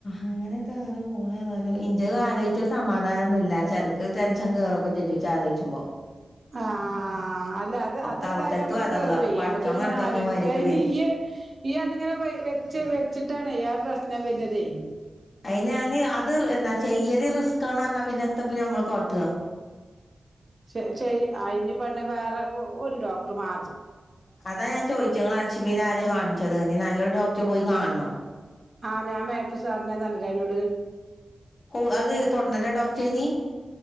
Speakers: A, on the left (about 55°); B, on the right (about 35°).
A: അങ്ങനെയൊക്കെ അങ്ങനെ പോണ് ഏതായാലും ഇഞ്ചത് ആലോചിച്ച സമാധാനൊന്നുല്ല ചല ക്ക് ടെൻഷൻ കയറും <unintelligible> ആലോജിച്ചുമ്പോ
B: ആഹ് ആഹ് അല്ല അത് അതെന്തായാലും
A: തവക്കൽത്തു
B: നമ്മക്ക്
A: അലല്ലാഹ്
B: കേറുവേ
A: പടച്ചോൻ
B: അമ്മക്കതിങ്ങന
A: കണക്കാക്കിയ
B: ആലോജിക്കുമ്പ
A: മാതിരിയൊക്കെ
B: അയിന്
A: വരും.
B: ഈയ് ഈയതിങ്ങനെ വെച്ച് വെച്ചിട്ടാണേ ആ പ്രശ്നം വെരന്നതേ
A: അയിന് <unintelligible> എന്താ ചെയ്യല് റിസ്ക്കാന്ന് പറഞ്ഞാ പിന്നെ എത്തപ്പ ഞമ്മള് കാട്ടുക
B: ശ് ശ് അയിന് പിന്നെ വേറെ ഒ ഒരു ഡോക്ടറ് മാ
A: അതാ ഞാൻ ചോദിച്ചെ നിങ്ങള് അൽഷിബേല് ആരേ കാണിച്ചത് ഇനി നല്ലൊരു ഡോക്ടറെ പോയി കാണണം
B: ആഹ് ഞാൻ മാത്യു സാറിനെ <unintelligible> അന്നോട്‌
A: ഓഹ് അത് തൊണ്ടട ഡോക്ടറാ അയ്ന്